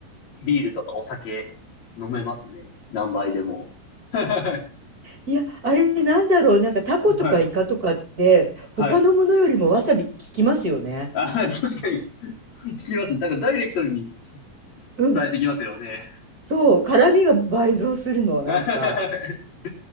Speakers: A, on the left; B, on the right.
A: う、ビールとかお酒飲めますね。何杯でも。<laughs>
B: いや、あれなんだろう、なんかタコとかイカとかって、
A: はい。
B: 他のものよりもわさび効きますよね。
A: はい。あ、確かに、聞きます。なんかダイレクトに
B: うん
A: されてきますよね。
B: そう、辛みが倍増するの、なんか。
A: <laughs>